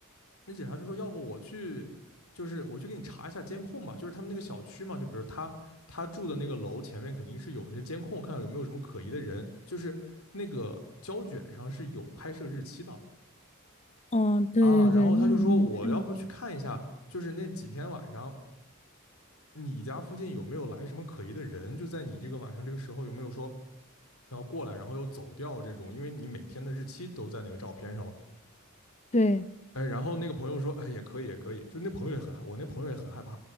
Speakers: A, on the left (about 80°); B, on the left (about 30°).
A: 那警察就说，要不我去，就是我去给你查一下监控吧，就是他们那个小区嘛，就比如他他住的那个楼前面肯定是有那些监控，看看有没有什么可疑的人，就是那个胶卷上是有拍摄日期的。
B: 哦，对对对，
A: 啊，然后他就说我要不去看一下，
B: 那个没看到，
A: 就是那几天晚上你家附近有没有来什么可疑的人，就在你这个晚上这个时候有没有说然后过来，然后又走掉这种，因为你每天的日期都在那个照片上嘛。
B: 对，
A: 哎，然后那个朋友说，哎，也可以，也可以，就那朋友也很害，我那朋友也很害怕